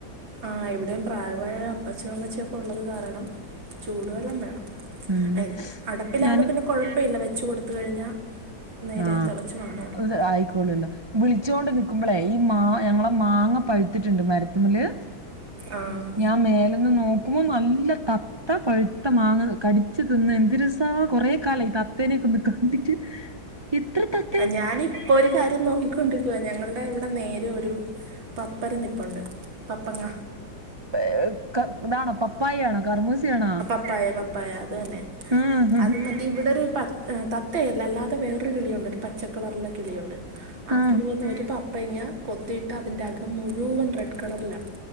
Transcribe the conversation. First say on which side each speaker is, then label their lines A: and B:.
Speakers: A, on the right (about 80°); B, on the right (about 30°).
A: ആ ഇവിടെയും പ്രായമായ അപ്പച്ചനും അമ്മച്ചൊക്കെ ഉള്ളത് കാരണം ചൂടുവെള്ളം വേണം.
B: ആണല്ലേ
A: എ അടപ്പിലാകുമ്പോ
B: ഞാന്
A: പിന്നെ കൊഴപ്പല്ല വെച്ച് കൊടുത്തു കഴിഞ്ഞാ നേരെ
B: ആഹ്
A: തിളച്ച് വന്നോളും
B: ഇത് ആയിക്കോളല്ലോ. വിളിച്ചോണ്ട് നിക്കുമ്പോളേ ഈ മാ ഞങ്ങളെ മാങ്ങ പഴ് പഴ്ത്ണ്ട് മരത്തുമല്
A: ആഹ്
B: ഞാൻ മേലന്ന് നോക്കുമ്പോ നല്ല ത- ആ പഴുത്ത മാങ്ങ കടിച്ചു തിന്ന് എന്ത് രസാ കൊറെ കാലായി തത്തേനെക്കൊന്ന് കണ്ടിട്ട്. ഇത്ര ത
A: ഞാന് ഇപ്പോ ഒരു കാര്യം നോക്കിക്കൊണ്ടിരിക്കുവ ഞങ്ങളുടെ ഇവിടെ നേരെ ഒരു പപ്പര നിപ്പുണ്ട് പപ്പങ്ങ
B: പെ ക ഇതാണോ പപ്പായ യാണോ കർമൂസയാണോ?
A: പ്പായ പപ്പായ അത് തന്നെ
B: ആഹ്
A: അത് മ ഇവിടെ ഒരു പ തത്തയല്ല അല്ലാതെ വേറൊരു കിളിയുണ്ട് ഒരു പച്ചക്കളറിലെ കിളിയുണ്ട്. ആ
B: ആഹ്
A: കിളി വന്ന് ഒരു പപ്പയങ്ങ കൊത്തിയിട്ട് അതിന്റെ അകം മുഴുവൻ റെഡ് കളർലാ